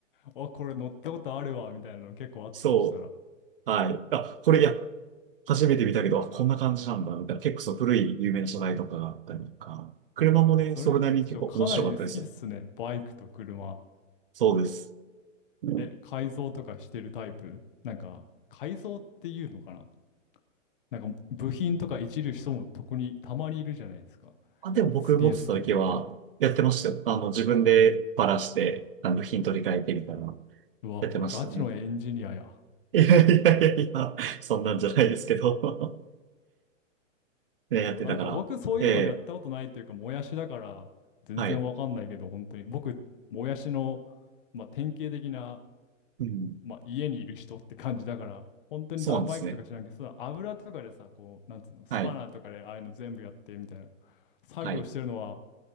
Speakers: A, on the left (about 45°); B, on the right (about 45°).
A: あ、これ乗ったことあるわ、みたいなの結構あったとしたら。
B: <laughs> そう、はい。あ、これ、いや、初めて見たけど、あこんな感じなんだ、みたいな。結構そう、古い有名な車体とかがあったりとか、車もね、
A: いや、それ聞くとかなり好きですね、
B: それなりに結構面白かったですよ。
A: バイクと車。
B: そうです。うん
A: え、改造とかしてるタイプなんか、改造っていうのかななんか、部品とかいじる人も特にたまにいるじゃないですか。
B: あ、でも僕持ってた時は、
A: すげえ好きで、みたいな。
B: やってましたよ。あの、自分でバラして、あの、部品取り替えてみたいな、
A: うわ、
B: やってましたね。
A: これガチのエンジニアや。
B: いやいやいやいや、そんなんじゃないですけど <laughs> ね、
A: え、
B: やってたから。
A: でもなんか僕そういうのやったことないっていうか、
B: ええ、
A: もやしだから全然わかんないけど、
B: はい。
A: 本当に。僕、もやしの、まあ、典型的な
B: うん。
A: まあ、家にいる人って感じだから、本当にだバイクとか知らんけど、
B: そうなんですね。
A: その油とかでさ、こう、なんつうの、スパナーとかでああいうの全部やってみたいな、
B: はい。
A: 作業してるのは、
B: はい。